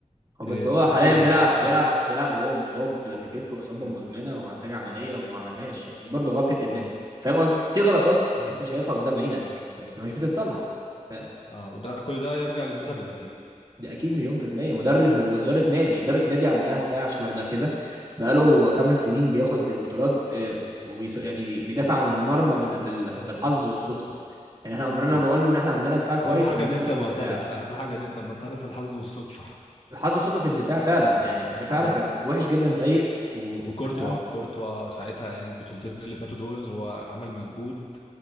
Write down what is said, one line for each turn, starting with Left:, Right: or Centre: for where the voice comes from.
Right: هو
Left: ت-
Right: بس هو
Left: تنبهر
Right: حاليا بيلعب
Left: أو تخاف
Right: بيلعب بيلعب وهو مصاب في كتفه اصابه
Left: مم.
Right: مزمنه ومحتاج عمليه وما عملهاش يعني دي برضه غلطه النت
Left: أيوه
Right: فاهم قصدي في غلطات
Left: مم.
Right: انت شايفها قدام عينك بس مش بتتصلح ف-
Left: آه وده كل ده يرجع للمدرب أكيد
Right: دي اكيد مليون في الميه مدرب واداره نادي اداره نادي عندها دفاع شبه ده كده بقاله خمس سنين بياخد البطولات آه، وبيس يعني بي- بيدافع عن المرمى بال- بال- بالحظ والصدفه يعني احنا عمرنا
Left: مم.
Right: ما قلنا ان احنا عندنا دفاع كويس
Left: أهم حاجة
Right: ونفسنا
Left: إن أنت معترف
Right: في الدفاع
Left: أهم حاجة إن أنت معترف الحظ والصدفة
Right: الحظ والصدفه في الدفاع فعلا يعني دفاعنا
Left: <laughs>
Right: كان وحش جدا سيء وانت
Left: وكورتوا كورتوا ساعتها يعني البطولتين اللي فاتوا دول هو عمل مجهود